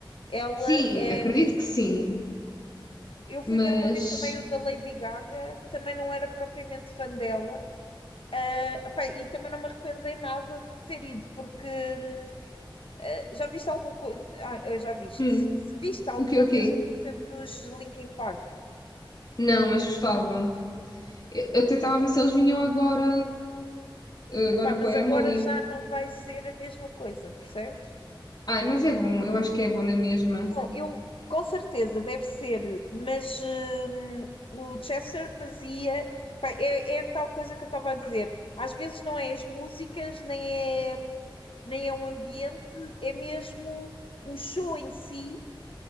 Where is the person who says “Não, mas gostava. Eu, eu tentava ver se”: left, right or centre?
Left